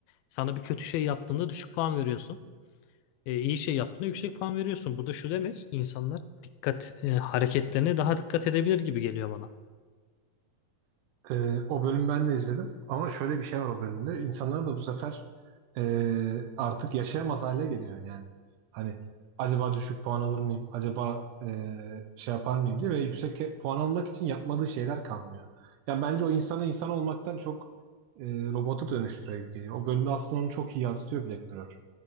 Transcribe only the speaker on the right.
Ee, o bölüm ben de izledim ama şöyle bir şey var o bölümde. İnsanlar da bu sefer e, artık yaşayamaz hale geliyor yani. Hani acaba düşük puan alır mıyım? Acaba e, şey yapar mıyım diye ve yüksek e- puan almak için yapmadığı şeyler kalmıyor. Yani bence o insanı insan olmaktan çok e, robota dönüştürüyor gibi geliyor. O bölümde aslında onu çok iyi yansıtıyor Black Mirror.